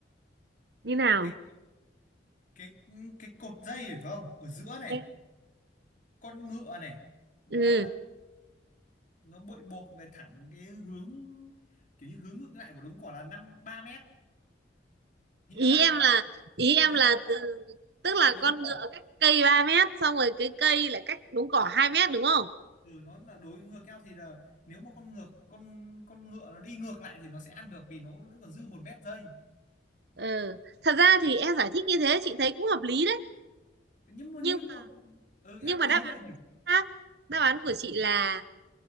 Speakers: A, on the right; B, on the left.
A: như nào
B: cái cái cái cột dây phải không ở giữa này
A: Em-
B: con ngựa này nó
A: ừ
B: nó bị buộc về thẳng cái hướng kiểu như hướng ngược lại của đống cỏ là năm ba mét nghĩa
A: ý
B: là
A: em là ý em
B: ý
A: là
B: là
A: từ tức là
B: cái đống
A: con
B: cỏ
A: ngựa cách cây 3 mét xong rồi cái cây lại cách đống cỏ 2 mét đúng không
B: ừ, nó là đối ngược nhau thì là nếu mà con ngược con con ngựa nó đi ngược lại thì nó sẽ ăn được vì nó vẫn còn dư một mét dây
A: ừ thật ra thì em giải thích như thế chị thấy cũng hợp lý đấy
B: nhưng mà
A: nhưng
B: nhưng
A: mà
B: mà ừ,
A: nhưng
B: em
A: mà
B: ý
A: đáp án
B: là hiểu
A: của chị khác. đáp án của chị là